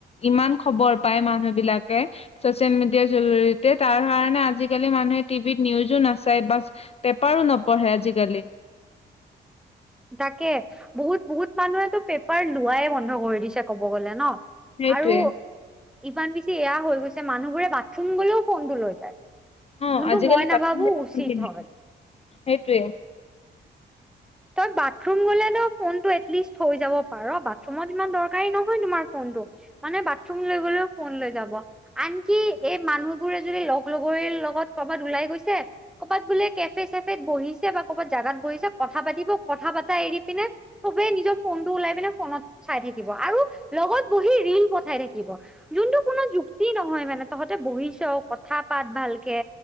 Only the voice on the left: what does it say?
ইমান খবৰ পায় মানুহবিলাকে। চচিয়েল মিডিয়াৰ জৰিয়তে, তাৰকাৰণে আজিকালি মানুহে টিভিত নিউজো নাচায় বাচ পেপাৰো নপঢ়ে আজিকালি।
সেইটোৱে
অ
আজিকালি
বাথৰুমতো
পঢ়ি নাই
সেইটোৱে